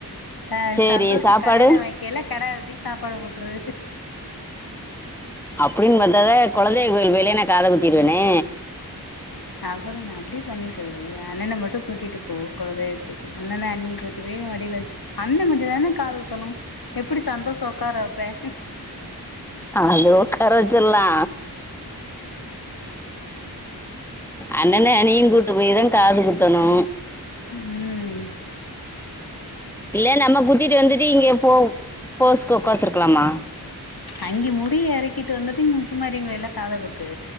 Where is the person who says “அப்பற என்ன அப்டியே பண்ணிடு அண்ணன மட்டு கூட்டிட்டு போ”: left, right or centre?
Left